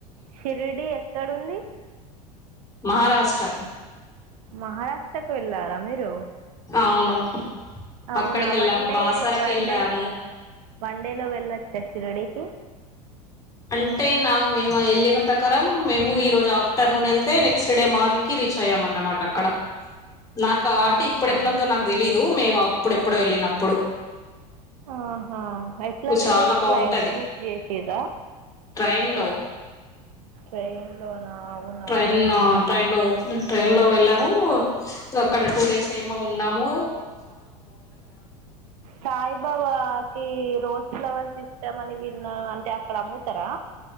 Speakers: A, on the right; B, on the left.
A: షిరిడి ఎక్కడుంది
B: మహారాష్ట్ర
A: మహారాష్ట్రకు వెళ్ళారా మీరు
B: అవును
A: అవునా
B: అక్కడికి వెళ్ళాము
A: వన్డే
B: బాసరకి
A: వన్
B: వెళ్ళాము
A: డే వన్డేలో వెళ్ళొచ్చా షిరిడికి
B: అంటే నా మేము ఎళ్ళినమ్ ప్రకారం మేము ఈ రోజు ఆఫ్టర్నూన్ ఎళ్తే నెక్స్ట్ డే మార్నింగ్ కి రీచ్ అయ్యాం అన్నమాట అక్కడ నాకా అంటే
A: అవునా
B: ఇప్పుడు ఎట్లుందో నాకు తెలీదు మేము అప్పుడెప్పుడో వెళ్ళినప్పుడు
A: ఆహా ఎట్లా వెళ్లిరు
B: చాలా బాగుంటది
A: ఫ్లైట్ బుక్ జెసిర్రా
B: ట్రైన్ లో
A: ట్రైన్ లోనా అవునా
B: ట్రైన్ ట్రైన్ లో ట్రైన్ లో వెళ్ళము అక్కడ టూ డేస్ ఏమో ఉ న్నాము
A: సాయిబాబకి రోజ్ ఫ్లవర్స్ ఇష్టం అని విన్నా అంటే అక్కడ అమ్ముతారా